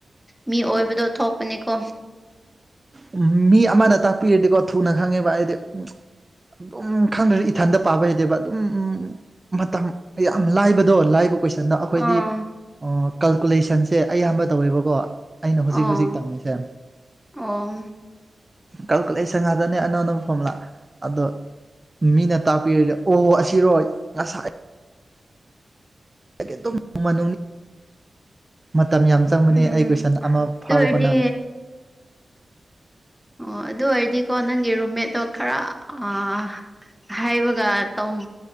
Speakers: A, in the centre; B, on the right.
A: ꯃꯤ ꯑꯣꯏꯕꯗꯣ ꯊꯣꯛꯄꯅꯤꯀꯣ
B: ꯎꯝ ꯃꯤ ꯑꯃꯅ ꯇꯥꯛꯄꯤꯔꯗꯤꯀꯣ ꯊꯨꯅ ꯈꯪꯉꯦꯕ ꯑꯥꯏꯗꯤ ꯎꯝ ꯑꯗꯨꯝ ꯈꯪꯗꯔꯗꯤ ꯏꯊꯟꯗ ꯄꯥꯕ ꯍꯩꯇꯦꯕ ꯑꯗꯨꯝ ꯎꯝ ꯃꯇꯝ ꯌꯥꯝ ꯂꯥꯏꯕꯗꯣ ꯂꯥꯏꯕ ꯀꯣꯏꯁꯟ ꯁꯟꯗ ꯑꯩꯈꯣꯏꯗꯤ
A: ꯑꯥ
B: ꯑꯥ ꯀꯜꯀꯨꯂꯦꯁꯟꯁꯦ ꯑꯩꯌꯥꯝꯕ ꯇꯧꯋꯦꯕꯀꯣ ꯑꯩꯅ
A: ꯑꯣ
B: ꯍꯨꯖꯤꯛ ꯍꯨꯖꯤꯛ ꯇꯝꯃꯤꯁꯦ
A: ꯑꯣ
B: ꯀꯜꯀꯨꯂꯦꯁꯟ ꯉꯥꯛꯇꯅꯦ ꯑꯅꯧ ꯑꯅꯧ ꯐꯣꯃꯨꯂꯥ ꯑꯗꯣ ꯃꯤꯅ ꯇꯥꯛꯄꯤꯔꯗꯤ ꯑꯣ ꯑꯁꯤꯔꯣ ꯉꯁꯥꯏ <unintelligible> ꯃꯇꯝ ꯌꯥꯝ ꯆꯪꯕꯅꯦ
A: ꯎꯝ
B: ꯑꯩ ꯀꯣꯏꯁꯟ ꯑꯃ
A: ꯑꯗꯨ
B: ꯐꯥꯕ
A: ꯑꯣꯏꯔꯗꯤ
B: ꯍꯣꯠꯅꯕꯗ
A: ꯑꯣ ꯑꯗꯨ ꯑꯣꯏꯔꯗꯤꯀꯣ ꯅꯪꯒꯤ ꯔꯨꯝꯃꯦꯠꯇꯣ ꯈꯔ ꯑꯥ ꯍꯥꯏꯕꯒ ꯇꯧ